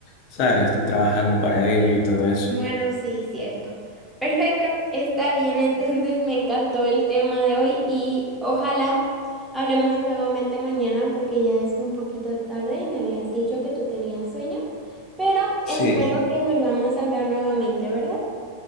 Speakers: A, on the left; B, in the centre.
A: ¿sabes? Estoy trabajando para ello y todo eso.
B: Bueno, sí, cierto. Perfecto, está bien. <laughs> Entonces me encantó el tema de hoy y ojalá hablemos nuevamente mañana porque ya es un poquito tarde y me habías dicho que tú tenías sueño, pero
A: Sí,
B: espero que volvamos a hablar nuevamente, ¿verdad?